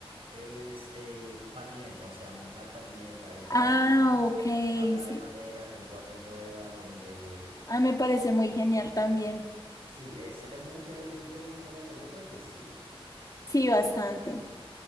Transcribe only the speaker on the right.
Es eh, patineta, o sea, montar patineta, esta
Habla de
madera con cuatro ruedas, donde...
Sí, eh, se ve mucho el skateboarding en Colombia. Yo creo que sí.